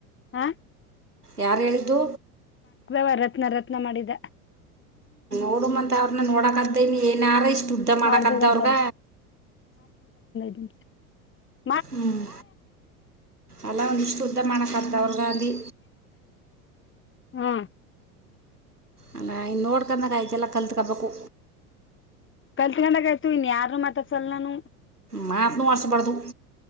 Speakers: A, on the left; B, on the right.
A: ಹಾ
B: ಯಾರು ಹೇಳಿದ್ದು
A: ವ ರತ್ನ ರತ್ನ ಮಾಡಿದ
B: ಕೊಡ ಅಂತ ಅವ್ರನ್ನ ನೋಡಕದ ಇನ್ನು ಏನಾರ ಇಷ್ಟು ಉದ್ದ ಮಾಡಕದ್ದ
A: ಮಾಡ್ದದಂತಾನೆ
B: ಅವ್ರಗ
A: ಹ್ಮ ಸ
B: ಹ್ಮ್ ಅಲ್ಲ ಒಂದ ಶುದ್ಧ ಮಾಡ ಕಂ ರಾಹುಲ್ ಗಾಂಧಿ
A: ಹ್ಮ
B: ಅಂದ ಇನ್ ನೋಡ್ಕೊಂಡಾಗ ಆಯ್ತೆಲ್ಲ ಕಲ್ತ್ಕೊಬೇಕು
A: ಕಲ್ತ್ಕೊಂಡಾಗ ಆಯ್ತು ಇನ್ನು ಯಾರು ಮಾತಾಸಲ್ಲ ನಾನು
B: ಮಾತನ್ನು ಅರ್ಿಸಬಾರ್ದು